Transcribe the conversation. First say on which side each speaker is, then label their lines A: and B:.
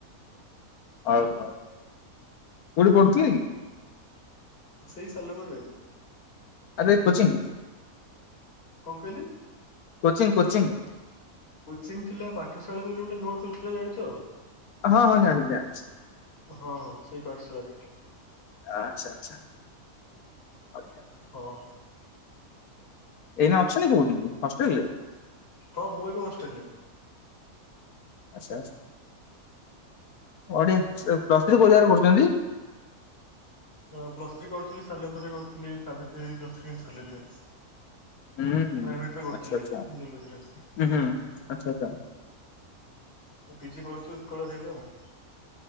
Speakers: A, on the left (about 80°); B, on the left (about 45°).
A: ହଉ ହଉ କଉଠି ପଢୁଥିଲେ କି?
B: ସେଇ ସାଲେପୁରରେ।
A: ଆରେ କୋଚିଂ
B: କଣ କହିଲେ?
A: Coaching coaching.
B: କୋଚିଂ ଥିଲା ପାଠଶାଳା ବୋଲି ଗୋଟେ ନୂଆ ଖୋଲିଥିଲା ଜାଣିଛ?
A: ହଁ ହଁ ଜାଣି ଜାଣିଛି।
B: ହଁ ହଁ ସେଇ ପାଠଶାଳାରେ।
A: ଆଚ୍ଛା ଆଚ୍ଛା। ବଢିଆ।
B: ହଁ।
A: ଏଇନେ ଅଛନ୍ତି କୋଉଠି ହଷ୍ଟେଲ ରେ?
B: ହଁ ମୁଁ ଏବେ ହଷ୍ଟେଲ ରେ।
A: ଆଚ୍ଛା ଆଚ୍ଛା ବଢିଆ ଏ ପ୍ଲଥ୍ରୀ କୋଉ ଜାଗାରେ କରୁଛନ୍ତି?
B: ହଁ ପ୍ଲସ ଥ୍ରୀ କରୁଥିଲି ସାଲେପୁରରେ କରୁଥିଲି ସାବିତ୍ରୀ ପ୍ଲସ <unintelligible> କଲେଜ ରେ।
A: ହୁଁ ହୁଁ
B: ପ୍ରାଇଭେଟ ରେ କରୁଥିଲି
A: ଆଚ୍ଛା ଆଚ୍ଛା
B: ଜିଓଲୋଜିରେ
A: ହୁଁ
B: ହଁ।
A: ହୁଁ। ଆଚ୍ଛା ଆଚ୍ଛା।
B: ମୁଁ ପିଜି କରୁଛି ଉତ୍କଳରେ ଏବେ ଆଉ।